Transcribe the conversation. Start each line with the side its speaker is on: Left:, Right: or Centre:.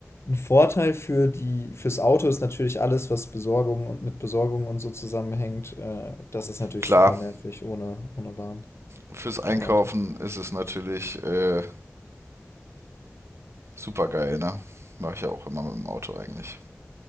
Left: Ein Vorteil für die, fürs Auto ist natürlich alles, was Besorgung und mit Besorgung und so zusammenhängt. Äh, das ist natürlich
Right: Klar,
Left: super nervig ohne, ohne Bahn,
Right: fürs Einkaufen
Left: ohne Auto.
Right: ist es natürlich äh, super geil, ne? Mache ich ja auch immer mit dem Auto eigentlich.